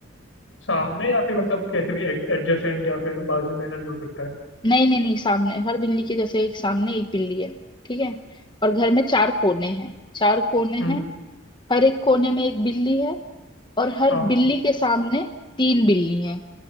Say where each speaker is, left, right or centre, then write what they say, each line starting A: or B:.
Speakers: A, on the left; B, on the left.
A: सामने या फिर मतलब कैसे भी एडजेसेंट या फिर बाजू में ऐसा भी हो सकता है
B: नहीं नहीं नहीं सामने हर बिल्ली के जैसे एक सामने एक बिल्ली है ठीक है और घर में चार कोने हैं चार कोने
A: हम्म
B: हैं हर एक कोने में एक बिल्ली है और हर
A: हाँ
B: बिल्ली के सामने तीन बिल्ली हैं